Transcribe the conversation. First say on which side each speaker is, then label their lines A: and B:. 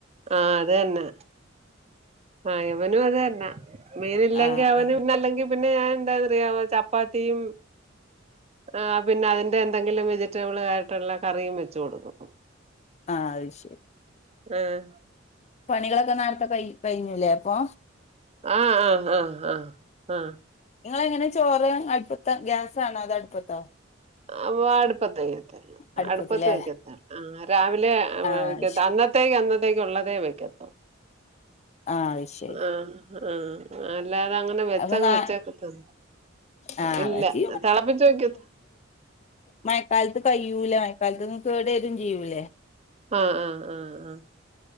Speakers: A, on the right; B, on the left.
A: ആഹ് അത് തന്നെ ആഹ് ഇവനും അത് തന്ന മീന്ല്ലെങ്കിൽ
B: ആഹ്
A: അവനും
B: ആഹ്
A: ഇന്നല്ലെങ്കിൽ പിന്നെ ഞാൻ എന്താെന്നറിയ ചപ്പാത്തീം ആഹ് പിന്നെ അതിന്റെ എന്തെങ്കിലും വെജിറ്റബിൾ ആയിട്ടുള്ള കറിയും വെച്ചു കൊടുക്കും
B: ആഹ് അയ്ശരി
A: ആഹ്
B: പണികളൊക്കെ നേര്ത്തെ കയി കഴിഞ്ഞു ലെ അപ്പൊ
A: ആഹ് ആ ആ ആ ആ
B: നിങ്ങളെങ്ങനെ ചോറ് അടുപ്പത്താ, ഗ്യാസാണോ അതോ അടുപ്പത്തോ
A: അ അടുപ്പത്തേവെക്കത്തൊള്ളൂ
B: അടുപ്പത്തിലേ
A: അടുപ്പത്ത് വയ്ക്കത്തൊള്ളൂ ആ രാവിലെ
B: ആഹ് അത്
A: ക്ക
B: ശരി
A: അന്നത്തെ ട്ടേക്ക് അന്നത്തേക്ക് ഉള്ളതേ വെക്കത്തൊള്ളൂ
B: ആഹ് അത് ശരി
A: ആഹ് ആഹ് അല്ലാതങ്ങനെ വെച്ചങ്
B: അപ്പൊ നാ
A: വെച്ചേക്കത്തൊന്നും
B: ആഹ്
A: ഇല്ല
B: അതൊക്കെ
A: തെളപ്പിച്ച് വെക്കത
B: മയക്കാലത്ത് കയ്യൂലാ മഴക്കാലത്തിന്ന് കേടുവെരും ചെയ്യൂലേ
A: ആഹ് ആഹ് ആഹ് ആഹ്.